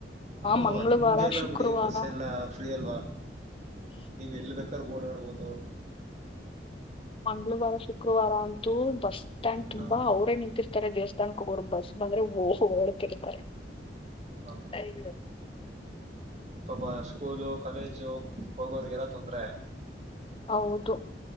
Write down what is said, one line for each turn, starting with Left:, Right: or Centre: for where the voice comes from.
Right: ಓಹ
Left: ಮಂಗಳವಾರ
Right: ನಿಮ್ಗೆಲ್ಲ
Left: ಶುಕ್ರವಾರ
Right: ಬಿಡಿ ಬಸ್ ಎಲ್ಲ ಫ್ರೀ ಅಲ್ವಾ. ನೀವ್ ಎಲ್ ಬೇಕ್ರೆ ಓಡಾಡ್ಬೋದು.
Left: ಮಂಗಳವಾರ ಶುಕ್ರವಾರ ಅಂತ ಬಸ್ ಸ್ಟ್ಯಾಂಡ್ ತುಂಬಾ
Right: ಹ
Left: ಅವರೇ ನಿಂತಿರ್ತಾರೆ ದೇವಸ್ಥಾನಕ್ಕೆ ಹೋಗೋರು ಬಸ್ ಬಂದ್ರೆ ಹ ಹೊಓಡ್ತಿರ್ತಾರೆ
Right: ಹ
Left: ಸರಿ
Right: ಪಾಪ ಸ್ಕೂಲು ಕಾಲೇಜು ಹೋಗೋರಿಗೆಲ್ಲ ತೊಂದರೆ
Left: ಹೌದು